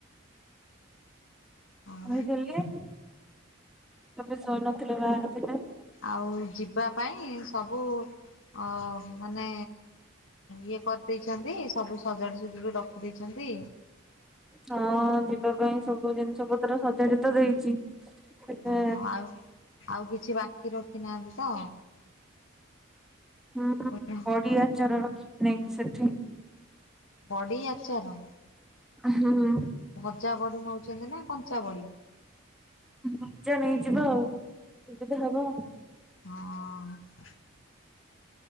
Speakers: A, on the left; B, in the centre.
A: ଆଉ
B: କହିଦେଲେ, ଏବେ ଶୋଇନଥିଲେ ବାହାରଥିଲେ।
A: ଆଉ ଯିବା ପାଇଁ ସବୁ ଅ ମାନେ ଇଏ କରିଦେଇଚନ୍ତି, ସବୁ ସଜାଡ଼ୁ ସୁଜୁଡି ରଖ ଦେଇଛନ୍ତି?
B: ହଁ ଯିବା ପାଇଁ ସବୁ ଜିନିଷପତ୍ର ସଜାଡ଼ି ତ ଦେଇଛି। ହେଲେ
A: ହଁ ଆଉ ଆଉ କିଛି ବାକି ରଖିନାହାନ୍ତି ତ?
B: ହୁଁ
A: ପୁଣି
B: ବଡି ଆଚାର ରଖିବି ନେଇକି ସେଠି।
A: ବଡ଼ି ଆଚାର
B: ହୁଁ।
A: ଭଜା ବଡି ନଉଚନ୍ତି ନା କଞ୍ଚା ବଡି?
B: ଭଜା ନେଇଯିବା ଆଉ ସୁବିଧା ହବ।
A: ହଁ।